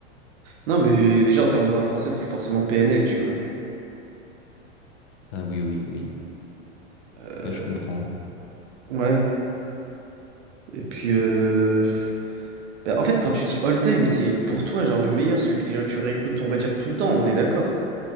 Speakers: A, on the right; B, on the left.
A: Non, mais déjà, en termes de rap français, c'est forcément PNL, tu vois.
B: Ah oui, oui, oui.
A: Euh,
B: Ouais, je comprends.
A: ouais. Et puis, euh, bah, en fait, quand tu dis all-time, c'est pour toi, genre, le meilleur, celui que t'es- tu réécoutes, on va dire, tout le temps, on est d'accord.